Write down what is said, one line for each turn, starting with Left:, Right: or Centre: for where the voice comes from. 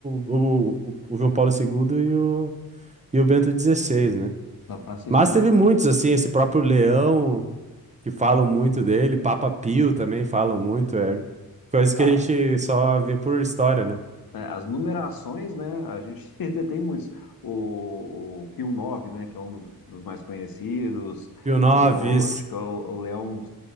Right: o, o- o João Paulo II e o, e o Bento XVI, né?
Left: Não, Francisco,
Right: Mas
Left: né?
Right: teve muitos, assim, esse próprio Leão que falam muito dele, Papa Pio também falam muito, é coisa que
Left: Ah,
Right: a gente só vê por história, né?
Left: É, as numerações, né? A gente <laughs> tem muitos. O, o Pio nove, né? Que é um dos, dos mais conhecidos.
Right: Pio IX,
Left: O, acho que é o, o Leão